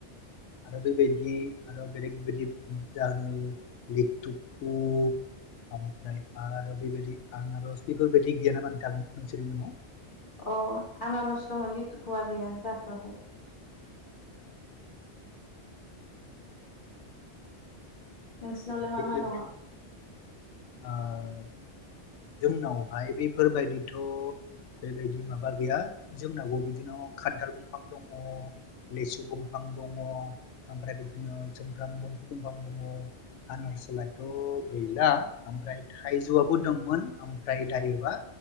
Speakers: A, on the left; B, on the left.
A: आरो बेबायदि आरो बेलेग बेबायदि जाहोनो लिथुकु ओमफ्राय आरो बेबायदि आनारस बेफोरबायदि गैयाना मानो थागोन नोंसोरनि न'आव।
B: अ आनारस दङ लिथुखुवा गैया जाथ'वाखै। नोंसिनावलाय मा
A: बे
B: मा दङ।
A: बे ओ जोंनावहाय बेफोरबायदिथ' बेबायदि माबा गैया जोंनावबो बिदिनो खान्थाल दंफां दङ लेसु दंफां दङ ओमफ्राय बिदिनो सुमफ्राम दंफां दङ। आनारसलाायथ' गैला ओमफ्राय थाइजौआबो दंमोन ओमफ्राय दायोबा